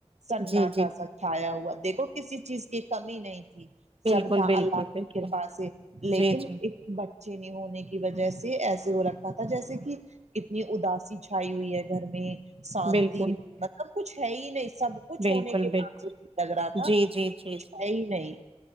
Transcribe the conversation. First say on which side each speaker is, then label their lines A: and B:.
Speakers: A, on the right; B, on the right.
A: سناٹا
B: جی جی
A: سا چھایا ہوا دیکھو کسی چیز کی کمی نہیں تھی
B: بالکل
A: سب تھا
B: بالکل
A: اللہ
B: بالکل
A: کی کرپا سے لیکن
B: جی جی
A: بچے نہیں ہونے کی وجہ سے ایسے ہو رکھ پات تھا جیسے کہ کتنی اداسی چھائی ہوئی ہے گھر میں شانتی
B: بالکل
A: مطلب کچھ ہے ہی نہیں سب کچھ
B: بالکل
A: ہونے کے
B: بالکل
A: باجود لگ رہا تھا
B: جی جی
A: کچھ
B: جی جی
A: ہے ہی نہیں